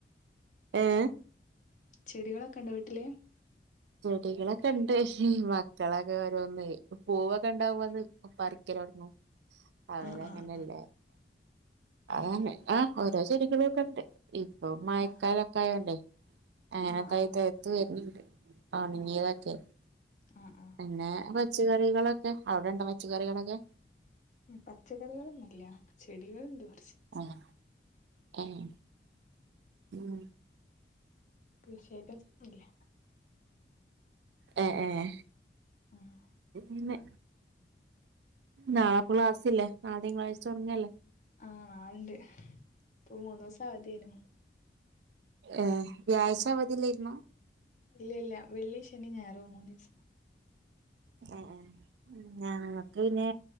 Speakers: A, on the right (about 80°); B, on the left (about 45°).
A: ഏഹ്
B: ചെടികളൊക്കെ ഉണ്ടോ വീട്ടില്
A: ചെടികളൊക്കെ ഉണ്ട് മക്കളൊക്കെ ഓരോന്നെയ് പൂവൊക്കെ ഉണ്ടാവുമ്പൊന്ന് പറിക്ക ലൊടങ്ങും അവരങ്ങനെല്ലേ
B: ആഹ് ആഹ്
A: അത് തന്നെ
B: ഉം
A: ആഹ് ഓരോ ചെടികളു ഒക്കെ ഇണ്ട് ഇപ്പൊ മയക്കാലൊക്കെ
B: ആഹ്
A: ആയോണ്ടേ അങ്ങനെ
B: ആഹ്
A: തൈ
B: ആഹ്
A: തഴ്ത്ത് വര്ന്ണ്ട് ഒണങ്ങീതെക്കെ
B: ആഹ് ആഹ് ആഹ്
A: പിന്നെ വെ ച്ച് കറികളൊക്കെ അവടെ ഇണ്ടോ വച്ചുകറികളൊക്കെ
B: പച്ചക്കറികളൊന്നുല്ല്യ ചെടികള്ണ്ട് കൊ
A: ആഹ് ഏഹ് ഉം
B: കൃഷിയായിട്ടൊന്നുല്ല്യ.
A: ഏഹ് ഏഹ്
B: ആഹ്
A: ഇന്ന് നാ ക്ലാസ്സില്ലേ നാളെ തിങ്കളാഴ്ച തൊടങ്ങല്ലേ
B: ആഹ് നാളണ്ട് ഇപ്പൊ മൂന്നൂസം അവധിയേനു.
A: ഏയ് വ്യാഴ്ച്ച അവധില്ലായിരുന്നോ
B: ഇല്ല ഇല്ല വെള്ളി ശനി ഞായറും മൂന്ന് ദിവസം
A: ആഹ്‌ ആഹ് എന്നാ മറ്റേയിനെ